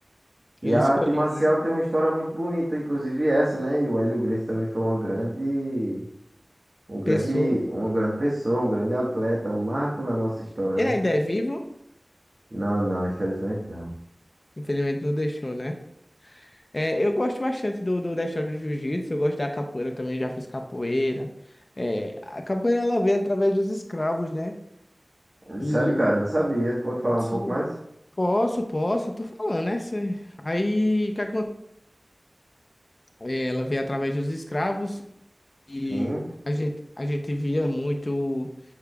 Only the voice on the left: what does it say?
Ele
escolheu,
né?
Pessoa.
Ele
ainda é vivo,
infelizmente não deixou, né? É, eu gosto bastante do, do- da história do jiu-jitsu, eu gosto da capoeira também, já fiz capoeira. É, a capoeira ela veio através dos escravos, né? E
sim,
posso, posso, tô falando, né? Cê- Aí, o que acontece? Ela veio através dos escravos e
a gente, a gente via muito.